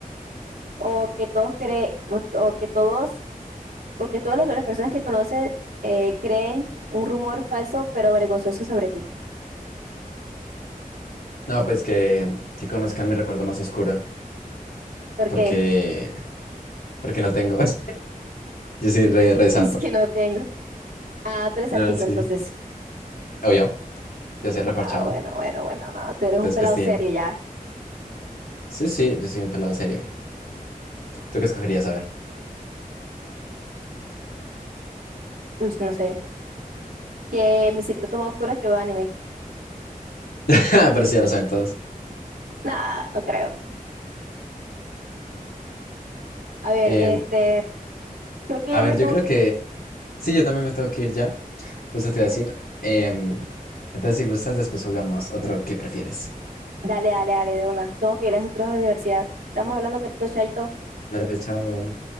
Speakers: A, on the right; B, on the left.
A: o que todos creen o, o que todos o que todas los- las personas que conoces eh, creen un rumor falso pero vergonzoso sobre ti?
B: No, pues que, que conozcan mi recuerdo más oscuro,
A: Porque
B: porque, porque no tengo. <laughs> Yo soy re,
A: <laughs>
B: re santo.
A: es que no tengo. Ah, tú eres
B: No,
A: antico,
B: sí.
A: entonces.
B: Obvio, yo soy refarchado.
A: Ah, bueno, bueno, bueno, no. Tú eres un
B: Entonces,
A: pelado
B: festín.
A: serio ya.
B: Sí, sí, yo soy un pelado serio. ¿Tú qué escogerías? A ver.
A: Uy, no sé. Que mi secreto más oscuro es que veo anime.
B: <laughs> Pero sí, ya lo saben todos.
A: Nah, no creo. A ver,
B: Em,
A: este, creo que
B: a
A: ya
B: ver,
A: me
B: yo
A: tengo
B: creo
A: que
B: que.
A: ir.
B: Sí, yo también me tengo que ir ya. Justo te iba a decir. Em, entonces, si gustas, después jugamos otro que prefieres.
A: Dale, dale, dale, de una. Tengo que ir a ese trabajo de universidad. Estamos hablando, carito Chaito.
B: Dale, pues, chao.